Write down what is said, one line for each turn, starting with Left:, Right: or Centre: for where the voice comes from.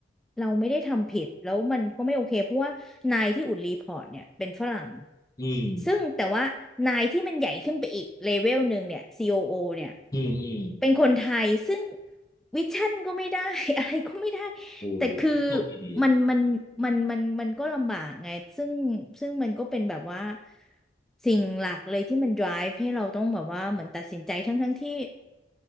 Centre: เราไม่ได้ทำผิดแล้วมันก็ไม่โอเคเพราะว่านายที่อุ่นรีพอร์ตเนี่ยเป็นฝรั่ง
Left: อืม
Centre: ซึ่งแต่ว่านายที่มันใหญ่ขึ้นไปอีกเลเวลหนึ่งเนี่ย COO เนี่ย
Left: อืมอืม
Centre: เป็นคนไทยซึ่งวิชั่นก็ไม่ได้ <laughs> อะไรก็ไม่ได้
Left: โอ้
Centre: แต่คือ
Left: โชคดีดี
Centre: มันมันมันมันมันก็ลำบากไงซึ่งซึ่งมันก็เป็นแบบว่าสิ่งหลักเลยที่มัน drive ให้เราต้องแบบว่าเหมือนตัดสินใจทั้งทั้งที่